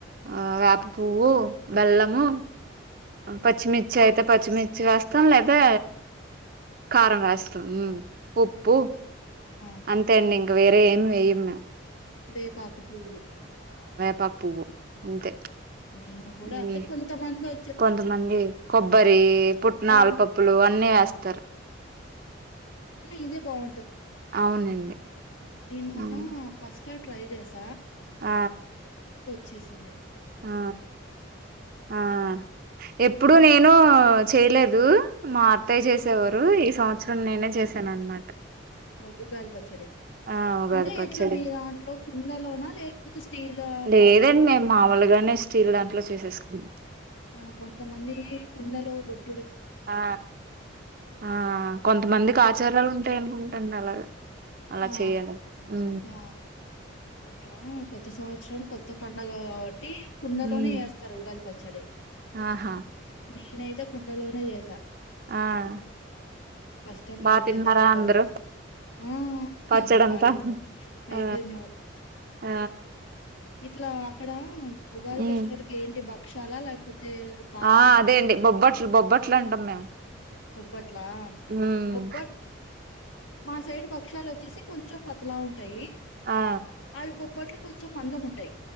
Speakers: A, on the right; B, on the left.
A: ఆ వేప పువ్వు బెల్లము, పచ్చిమి చేతే పచ్చిమిర్చి వేస్తాం లేదా కారం వేస్తాం ఉ ఉప్పు
B: ఆ ఆ
A: అంతే ఇంకా వేరే ఏం వేయం మేం
B: వేపాకు పువ్వు
A: తా పువ్వు అంతే
B: మేము కూడా
A: మ్మ్
B: అంటే కొంతమంది వ
A: కొంతమంది కొబ్బరి పుట్నలపప్పులు
B: ఆ
A: అన్నీ వేస్తారు
B: ఇంే బాగు
A: అవునండి
B: నేను మొన్న
A: మ్మ్
B: ఫస్ట్ స్టార్ ఫ్రైజేస
A: ఆ
B: చే సింది
A: ఆ ఆ ఎప్పుడు
B: హ్మ్
A: నేను చేయలేదు మా అత్తాయ్య
B: హ్మ్
A: చేసేవారు ఇ సంవత్సరం నేనే చేశాను అనమాట
B: మాకు ఉగాది పచ్చడి
A: ఆ ఉగాది
B: అంటే
A: పచ్చడి
B: ఎట్లా మీ దాంట్లో కుండలోనా లేకపోతే స్టీల్
A: లేదండి
B: కాపర్ అట్లా
A: మేము
B: ఏమనా
A: మామూలుగానే స్టీల్ దాంట్లో చేసేసుకున్నాం
B: ఆ కొంతమంది కుండలో బట్
A: ఆ ఆ కొంతమందికి ఆచారాలు ఉంటాయి అనుకుంటా నలగా అలా
B: ఆ
A: చెయ్యాల ఉ
B: ఆ అట్లా కొత్త సంవత్సరం కొత్త పంండగగా కావట్టి టి కుండలోనే
A: మ్మ్
B: వేస్తారు ఉగాది పచ్చడి
A: ఆహా
B: నేనైతే కుండలోనే చేసా
A: ఆ
B: ఫస్ట్ టైమ్ ట్రై
A: బా తిన్నారా
B: చేద్దాం ఉండ
A: అందరూ
B: అనే ఆ
A: పచ్చడంతా
B: అందరు బా తిన్నారు అయిపోయింది
A: ఆ ఆ
B: ఇట్లా అక్కడ ఉగాది
A: ఉమ్
B: ఫెస్టివల్ి ఏంటి బాక్ చాలలేపోతే తె పాయసమా
A: ఆ అదే
B: ఎట్లా
A: అండి బొబ్బట్లు బొబ్బట్లు అంటాం మేము
B: బొబ్బట్లా
A: ఉమ్
B: బొబ్ మా సైడ్ భక్ష్యాలు వచ్చేసి కొంచెం పతలా ఉంటుంది టయి
A: ఆ
B: అవి బొబ్బట్లు కొంచం మందం ఉంటాయి